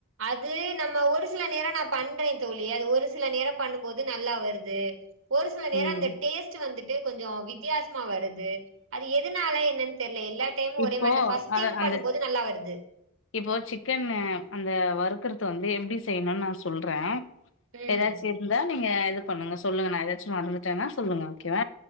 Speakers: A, on the right; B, on the left.
A: அது நம்ம ஒரு சில நேர நா பண்றே தோழி அது ஒரு சில நேர பண்ணும் போது நல்லா வருது ஒரு சில நேர
B: ம்
A: அந்த டேஸ்ட் வந்துட்டு கொஞ்ச வித் தியாசமா வருது அது எது எதனால என்னன் தெர்ல எல்லா டைமு
B: இப்போ
A: ஒரே மார அந்த ஃபஸ்ட்
B: அத
A: டைம்
B: அந்த
A: பண்ணும்போது நல்லா வருது
B: இப்போ சிக்கன் அந்த வருக்கறத வந்து எப்டி செய்ணுன் நா சொல்ற
A: ம்
B: ஏதாச்சு இருந்தா நீங்க இது பண்ணுங்க சொல்லுங்க நா எதாச்சு மறந்துட்டனா சொல்லுங்க ஓகேவ